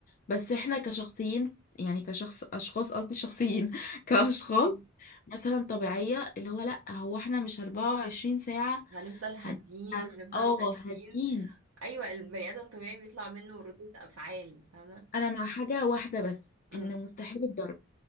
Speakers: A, on the left (about 40°); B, on the right (about 75°).
A: بس احنا كشخصيين يعني كشخص اشخاص قصدي شخصيين <laughs> كاشخاص
B: <laughs>
A: مثلا طبيعية اللي هو لا هو احنا مش 24 ساعة
B: هنفضل هادين
A: هن- هن-
B: هنفضل
A: اه
B: ساكتين
A: هادين
B: ايوه البني ادم طبيعي بيطلع منه ردود افعال فاهمه
A: وانا مع حاجة واحدة بس
B: امم
A: ان مستحيل الضرب